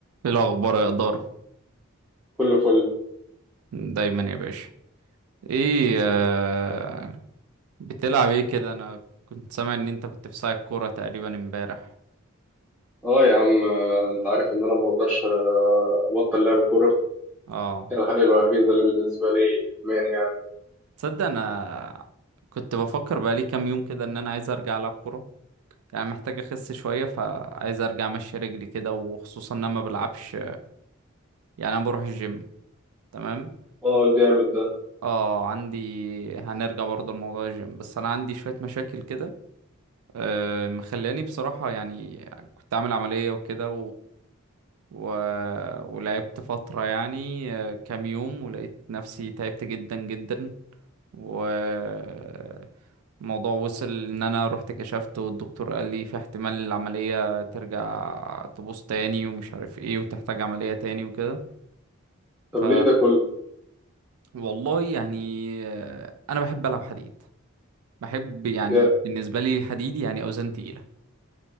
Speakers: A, on the right; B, in the centre.
A: ايه الاخبار يا اداره
B: كله فل
A: دايما يا باشا ايه آه بتلعب ايه كده انا كنت سامع ان انت كنت في ساعة كوره تقريبا امبارح
B: اه يا عم آه، انت عارف ان انا ما بقدرش آه، ابطل لعب كوره
A: اه
B: هي الحاجه الوحيده اللي بالنسبه لي ادمان يعني
A: تصدق انا كنت بفكر بقالي كام يوم كده ان انا عايز ارجع العب كوره يعني محتاج اخس شويه فعايز ارجع امشي رجلي كده وخصوصا ان انا ما بلعبش يعني انا بروح الجيم تمام
B: اه جامد ده
A: اه عندي هنرجع برضه لموضوع الجيم بس انا عندي شويه مشاكل كده آه مخلاني بصراحه يعني كنت عامل عمليه وكده و... ولعبت فترة يعني آه، كام يوم ولقيت نفسي تعبت جدا جدا والموضوع وصل ان انا رحت كشفت والدكتور قال لي في احتمال العملية ترجع تبوظ تاني ومش عارف ايه وتحتاج عملية تاني وكده
B: طب
A: ف
B: ليه ده كله
A: والله يعني آه، انا بحب العب حديد بحب يعني
B: جا-
A: بالنسبة لي الحديد يعني اوزان تقيلة